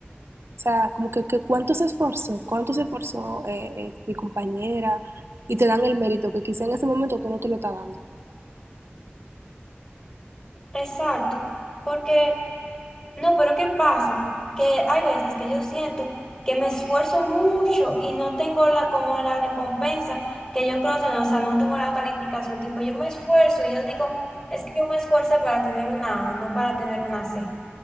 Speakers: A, on the right (about 75°); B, on the left (about 20°).
A: sea, como que, que cuánto se esforzó, cuánto se esforzó eh, eh, mi compañera, y te dan el mérito que quizá en ese momento tú no te lo estás dando.
B: Exacto, porque no, pero ¿qué pasa? Que hay veces que yo siento que me esfuerzo mucho y no tengo la, como la recompensa que yo creo tener, o sea, no tengo la calificación, tipo, yo me esfuerzo y yo digo, es que yo me esforcé para tener una A, no para tener una C.